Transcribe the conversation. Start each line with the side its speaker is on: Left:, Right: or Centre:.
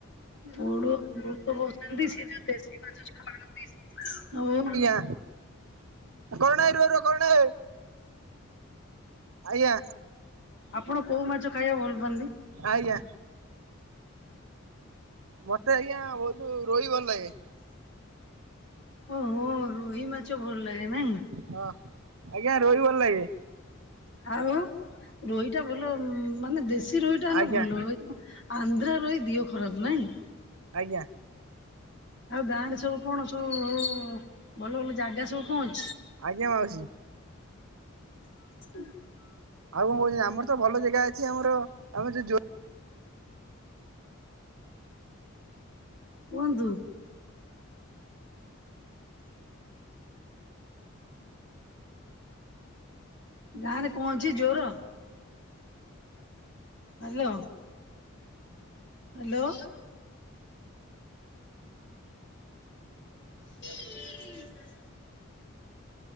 Left: ପୋଳୁଅ ପୋଳୁଅ <unintelligible> ଗତବର୍ଷ ଦେଶୀ ମାଛ ଖଳନ୍ତି ହଉ-
Right: ଆଁ କରୁଣା ଭାଇ ରୁହ ରୁହ କରୁଣା ଭାଇ। ଆଜ୍ଞା
Left: ଆପଣ କୋଉ ମାଛ ଖାଇବା ଭଲ ପାଆନ୍ତି?
Right: ଆଜ୍ଞା। ମତେ ଆଜ୍ଞା ବହୁତୁ ରୋହି ଭଲ ଲାଗେ।
Left: ଓହୋ ରୋହି ମାଛ ଭଲ ଲାଗେ ନାହିଁ।
Right: ହଁ ଆଜ୍ଞା ରୋହି ଭଲ ଲାଗେ।
Left: ଆଉ ରୋହିଟା ଭଲ ମାନେ ଦେଶୀ ରୋହିଟା ହେଲେ
Right: ଆଜ୍ଞା
Left: ଭଲ। ଆନ୍ଧ୍ରା ରୋହି ଦିହ ଖରାପ
Right: ଆଜ୍ଞା
Left: ନାଇଁ।
Right: ଆଜ୍ଞା।
Left: ଆଉ ଗାଁରେ ସବୁ କଣ ସବୁ ଆଉ ଭଲ ଭଲ ଜାଗା ସବୁ କଣ ଅଛି?
Right: ଆଜ୍ଞା ମାଉସୀ।
Left: ହ <unintelligible>
Right: ଆଉ କଣ କହୁଛନ୍ତି ଆମର ତ ଭଲ ଜେଗା ଅଛି ଆମର ଆମ ଯ ଜୋ
Left: କୁହନ୍ତୁ। ଗାଁରେ କଣ ଅଛି ଜୋର? ହାଲୋ। ହ୍ଯାଲୋ। ହ <unintelligible>